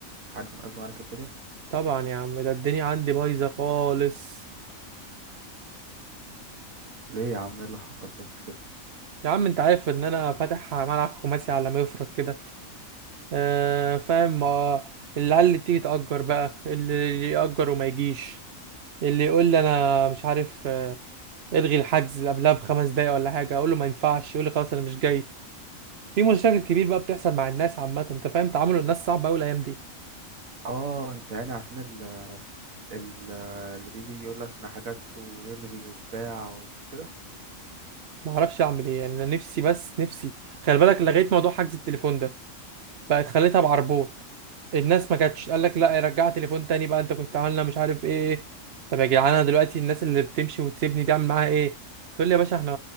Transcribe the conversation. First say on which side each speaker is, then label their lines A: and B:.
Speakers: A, on the right (about 75°); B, on the right (about 55°).
A: في حد مأزم عليك الدنيا؟
B: طبعا يا عم ده الدنيا عندي بايظه خالص
A: ليه يا عم إيه اللي حصل بس كده؟
B: يا عم انت عارف ان انا فاتح ملعب خماسي على ما يفرق كده آه فاهم آه، العيال اللي تيجي تأجر بقى اللي يأجر وما يجيش اللي يقول لي انا مش عارف آه، الغي الحجز قبلها بخمس دقايق ولا حاجه اقول له ما ينفعش يقول لي خلاص انا مش جاي في مشاكل كبير بقى بتحصل مع الناس عامه انت فاهم تعامل الناس صعب قوي الايام دي
A: آه أنت يعني عشان ال- اللي بيجي يقول لك انا حجزته ويلغي وبتاع وكده
B: ما اعرفش اعمل ايه يعني انا نفسي بس نفسي خلي بالك لغيت موضوع حجز التليفون ده بقت خليتها بعربون الناس ما كانتش قال لك لا يرجع تليفون تاني بقى انت كنت عاملنا مش عارف ايه طب يا جدعان انا دلوقتي الناس اللي بتمشي وتسيبني دي اعمل معاها ايه تقول لي يا باشا احنا